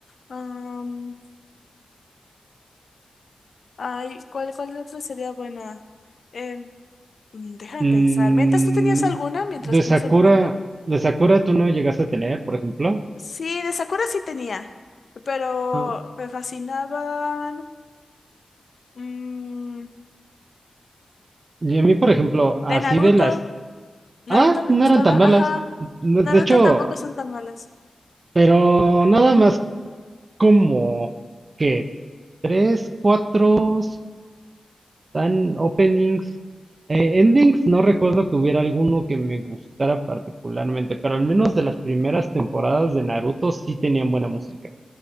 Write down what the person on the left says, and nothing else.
Am, ay, ¿cuál, cuál otra sería buena? Em, mm, déjame
pensar. Mientras tú tenías alguna, mientras
pienso
en una yo.
Sí, de Sakura sí tenía, pero
me fascinaban. mm,
de Naruto,
Naruto
me
gustaba,
ajá.
Naruto
tampoco son tan malas.